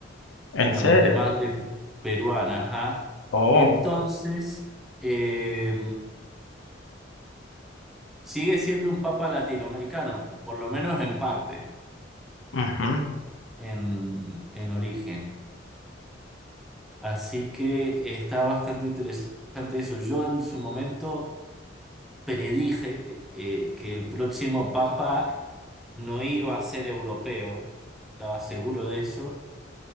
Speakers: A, on the left; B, in the centre.
A: ¿En
B: digamos,
A: serio?
B: de madre peruana, ajá.
A: Oh,
B: Entonces, eh, sigue siendo un papa latinoamericano, por lo menos en parte.
A: ujú.
B: en, en origen. Así que está bastante interesante eso. Yo en su momento predije eh, que el próximo papa no iba a ser europeo, estaba seguro de eso,